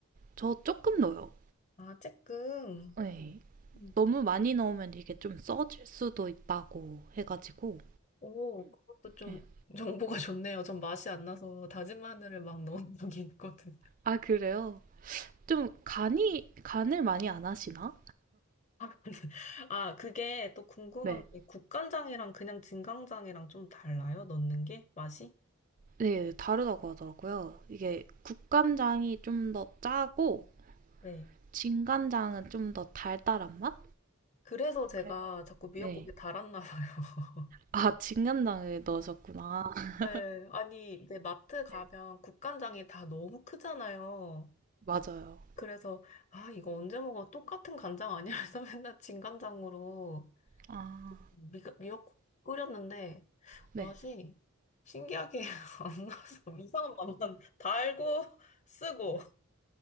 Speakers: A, on the right; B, on the left.
A: 저 조금 넣어요.
B: 아, 쬐끔.
A: 네.
B: 음.
A: 너무 많이 넣으면 이게 좀 써질 수도 있다고 해가지고.
B: 오, 그것도 좀
A: 네.
B: 정보가 좋네요. 전 맛이 안 나서 다진 마늘을 막 넣은 적이 있거든요.
A: 아, 그래요? 좀 간이, 간을 많이 안 하시나?
B: 아, <laughs> 근데- 아, 그게 또 궁금한
A: 네.
B: 게 국간장이랑 그냥 진간장이랑 좀 달라요? 넣는 게? 맛이?
A: 네, 다르다고 하더라고요. 이게 국간장이 좀 더 짜고
B: 네.
A: 진간장은 좀 더 달달한 맛?
B: 그래서 제가
A: 그래.
B: 자꾸 미역국에
A: 네.
B: 달았나 봐요. <laughs>
A: 아, 진간장을 넣으셨구나. <laughs>
B: 네. 아니, 이제 마트 가면
A: 네,
B: 국간장이 다 너무 크잖아요.
A: 맞아요.
B: 그래서 아 이거 언제 먹어 똑같은 간장 아니야? 그래서 <laughs> 맨날 진간장으로
A: 아,
B: 미, 미역국 끓였는데 맛이
A: 네.
B: 신기하게 <laughs> 안 나서 이상한 맛만 달고 쓰고